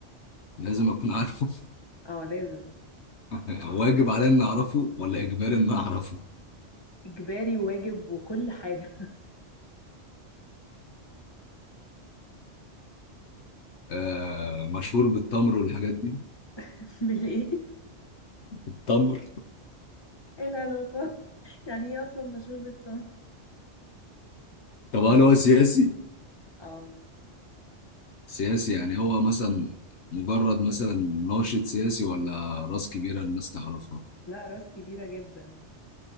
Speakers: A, on the left; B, on the left.
A: لازم اكون عارفه
B: اه لازم
A: <laughs> واجب عليا اني اعرفه ولا اجباري اني اعرفه
B: اجباري وواجب وكل حاجة
A: آه مشهور بالتمر والحاجات دي
B: <laughs> بالايه
A: التمر
B: ايه العلاقة يعني ايه اصلا مشهور بالطم
A: طب هل هو سياسي؟
B: اه
A: سياسي يعني هو مثلا مجرد مثلا ناشط سياسي ولا راس كبيرة الناس تعرفها؟
B: لا راس كبيرة جدا